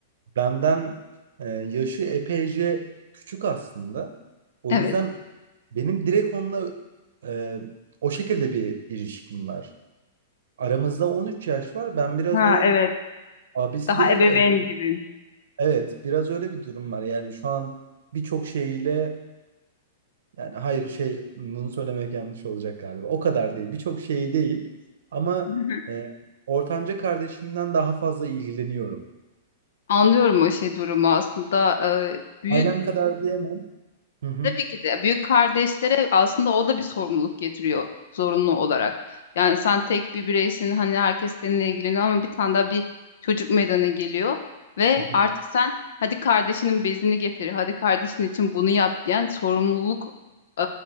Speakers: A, on the right; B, on the left.
A: benden e, yaşı epeyce küçük aslında. O
B: Evet.
A: yüzden benim direkt onunla e, o şekilde bir ilişkim var. Aramızda 13 yaş var. Ben biraz
B: Ha
A: onun
B: evet.
A: Abisi
B: Daha
A: değil,
B: ebeveyn
A: e,
B: gibi.
A: evet biraz öyle bir durum var. Yani şu an birçok şeyiyle yani hayır şey bunu söylemek yanlış olacak galiba. O kadar değil. Birçok şeyi değil ama
B: <laughs>
A: e, ortanca kardeşimden daha fazla ilgileniyorum.
B: Anlıyorum o şey durumu aslında. Ee, büyük
A: Ailem kadar diyemem. Hı hı.
B: Tabii ki de büyük kardeşlere aslında o da bir sorumluluk getiriyor zorunlu olarak. Yani sen tek bir bireysin hani herkes seninle ilgileniyor ama bir tane daha bir çocuk meydana geliyor ve
A: Hı hı.
B: artık sen hadi kardeşinin bezini getir, hadi kardeşin için bunu yap diyen sorumluluk e,